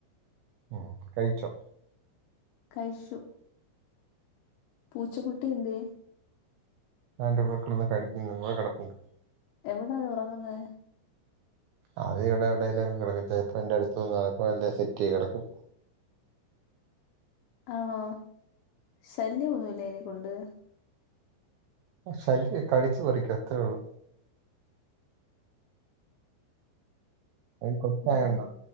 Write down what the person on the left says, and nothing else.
കഴിച്ചു പൂച്ചക്കുട്ടി എന്ത്യേ
എവടാത് ഒറങ്ങുന്ന്
ആണോ ശല്യ ഒന്നുവില്ലേ അയ്‌നെക്കൊണ്ട്
ഉം